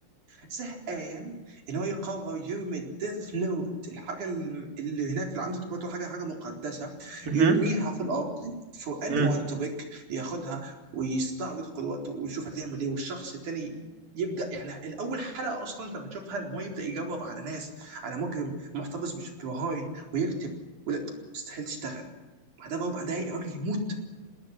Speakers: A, on the right; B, on the right.
A: زهقان ان هو يقرر يرمي الديث نوت الحاجه الم- اللي هناك في العمد تعتبر حاجه حاجه مقدسه
B: م-
A: يرميها
B: م-
A: في الارض فور اني
B: م-
A: وان تو بيك ياخدها ويستعرض قدراته ويشوف هتعمل ايه والشخص التاني يبدا يعني الاول حلقه اصلا انت لما تشوفها لما هو يبدا يجرب على ناس على مجرم محتفظ بش- ببهاين ويكتب ولا مستحيل تشتغل بعدها باربع دقايق الراجل يموت